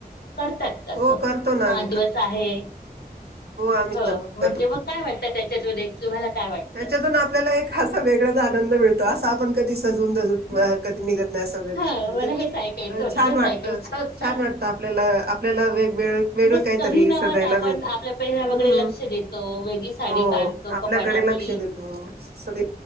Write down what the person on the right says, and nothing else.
हो करतो ना
आम्ही
आम्ही
करतो.
त्याच्यातून आपल्याला एक असा वेगळाच आनंद मिळतो. अस आपण कधी सजून धजुन बाहेर कधी निघत नाही असं वे-
म्हणजे
अ,
छान
वाटतं
छान वाटतं आपल्याला आपल्याला वेगवेगळं वेगळं
काहीतरी
सजायला
मिळतं
हम्म
हो
आपल्याकडे
लक्ष देतो सगळे